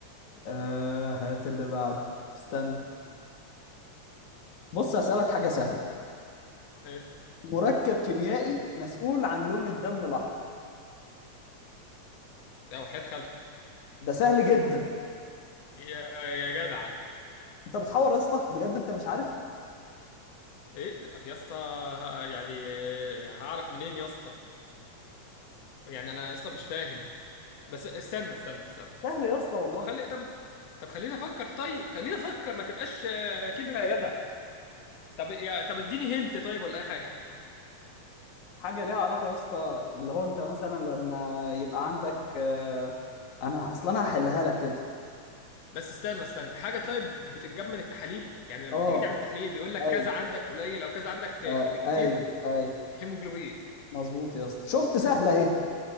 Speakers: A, on the left; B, on the left.
A: أه هات اللي بعده استنى بص أسألك حاجة سهلة
B: اسال
A: مركب كيميائي مسؤول عن لون الدم الأحمر
B: ده وحياة خالتك
A: ده سهل جدا
B: يا يا جدع
A: أنت بتحور يا اسطى بجد أنت مش عارف
B: ايه يا اسطى ه- يعني هعرف منين يا اسطى يعني انا اصلا مش فاهم بس استنى استنى استنى
A: سهل
B: استنى,
A: يا اسطى
B: استنى.
A: والله
B: طب خلي طب طب خلينا افكر طيب خلينا افكر ما تبقاش آه، كده يا جدع طب يا طب اديني هنت طيب ولا اي حاجه
A: حاجة ليها علاقة يا اسطى اللي هو أنت مثلا لما يبقى عندك أه أنا أصلا أنا هحلها لك كده
B: بس استنى استنى حاجه طيب بتتجاب من التحاليل يعني لما
A: أه
B: بتيجي تعمل تحليل بيقول لك
A: أيوه
B: كذا عندك قليل او كذا عندك ك-
A: آه،
B: كتير
A: أيوه أيوه
B: هيموجلوبين
A: مظبوط يا اسطى شفت سهلة أهي